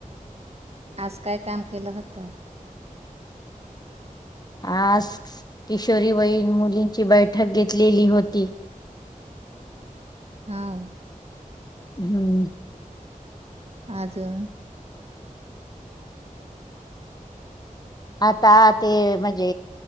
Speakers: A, on the right; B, on the left.
A: आज काय काम केलं होतं?
B: आज किशोरी वयीन मुलींची बैठक घेतलेली होती.
A: हो.
B: हम्म.
A: <inaudible> <inaudible> आजून
B: आता ते म्हणजे